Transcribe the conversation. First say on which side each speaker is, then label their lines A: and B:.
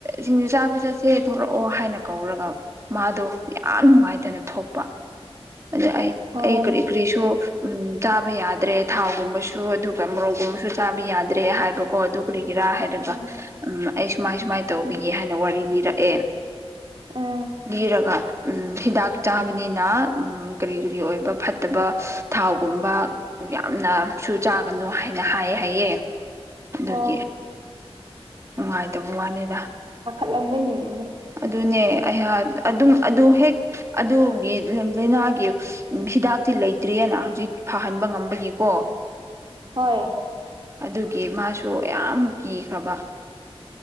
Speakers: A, on the right (about 25°); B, on the right (about 50°).
A: ꯁꯤꯡꯖꯨ ꯆꯥꯕ ꯆꯠꯁꯦ ꯊꯣꯛꯂꯛꯑꯣ ꯍꯥꯏꯅ ꯀꯧꯔꯒ ꯃꯥꯗꯣ ꯌꯥꯝ ꯅꯨꯡꯉꯥꯏꯇꯅ ꯊꯣꯛꯄ
B: <unintelligible>
A: ꯑꯗ ꯑꯩ
B: ꯍꯣꯏ
A: ꯑꯩ ꯀꯔꯤ ꯀꯔꯤꯁꯨ ꯎ ꯆꯥꯕ ꯌꯥꯗ꯭ꯔꯦ ꯊꯥꯎꯒꯨꯝꯕꯁꯨ ꯑꯗꯨ ꯃꯧꯒꯨꯝꯕꯁꯨ ꯆꯥꯕ ꯌꯥꯗ꯭ꯔꯦ ꯍꯥꯏꯕꯀꯣ ꯑꯗꯨ ꯀꯔꯤꯒꯤꯔꯥ ꯍꯥꯏꯔꯒ
B: ꯎꯝ
A: ꯎꯝ ꯑꯩ ꯁꯨꯃꯥꯏ ꯁꯨꯃꯥꯏꯅ ꯇꯧꯕꯤ ꯍꯥꯏꯅ ꯋꯥꯔꯤ ꯂꯤꯔꯛꯑꯦ
B: ꯎꯝ
A: ꯂꯤꯔꯒ ꯎ ꯍꯤꯗꯥꯛ ꯆꯥꯕꯅꯤꯅ ꯀꯔꯤ ꯀꯔꯤ ꯑꯣꯏꯕ ꯐꯠꯇꯕ ꯊꯥꯎ ꯒꯨꯝꯕ ꯌꯥꯝꯅ ꯁꯨ ꯆꯥ ꯅꯨ ꯍꯥꯏꯅ ꯍꯥꯏ ꯍꯥꯏꯌꯦꯦ ꯑꯗꯨꯒꯤ
B: ꯑꯣ
A: ꯅꯨꯡꯉꯥꯏꯇꯕ ꯋꯥꯅꯤꯗ
B: ꯂꯝꯒꯅꯤꯅꯦ
A: ꯑꯗꯨꯅꯦ ꯑꯩꯍꯥꯛ ꯑꯗꯨꯝ ꯑꯗꯨ ꯍꯦꯛ ꯑꯗꯨꯒꯤ ꯂꯥꯏꯅꯥꯒꯤ ꯍꯤꯗꯥꯛꯇꯤ ꯂꯩꯇ꯭ꯔꯤꯑꯅ ꯍꯧꯖꯤꯛ ꯐꯍꯟꯕ ꯉꯝꯕꯒꯤꯀꯣ
B: ꯍꯣꯏ
A: ꯑꯗꯨꯒꯤ ꯃꯥꯁꯨ ꯌꯥꯝ ꯀꯤꯈ꯭ꯔꯕ